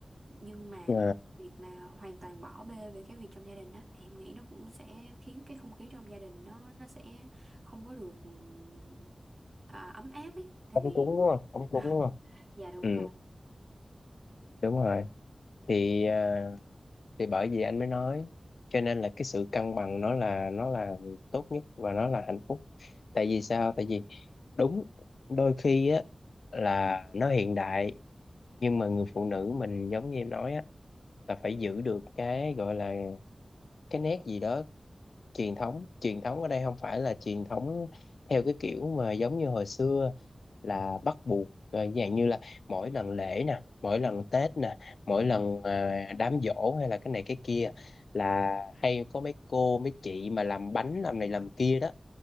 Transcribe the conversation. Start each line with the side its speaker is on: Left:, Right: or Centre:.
Right: nhưng mà
Left: Ờ,
Right: việc mà hoàn toàn bỏ bê về cái việc trong gia đình đó thì em nghĩ nó cũng sẽ khiến cái không khí trong gia đình nó nó sẽ không có được ừm, à, ấm áp ấy tại
Left: ống
Right: vì
Left: cúng đúng không ống cúng
Right: <laughs>
Left: đúng không
Right: dạ đúng
Left: ừ
Right: rồi
Left: đúng rồi thì à, thì bởi vì anh mới nói cho nên là cái sự cân bằng nó là nó là tốt nhất và nó là hạnh phúc tại vì sao tại vì đúng đôi khi á là nó hiện đại nhưng mà người phụ nữ mình giống như em nói á là phải giữ được cái gọi là cái nét gì đó truyền thống truyền thống ở đây không phải là truyền thống theo cái kiểu mà giống như hồi xưa là bắt buộc ờ, dạng như là mỗi lần lễ nè mỗi lần Tết nè mỗi lần à, đám giỗ hay là cái này cái kia là hay có mấy cô mấy chị mà làm bánh làm này làm kia đó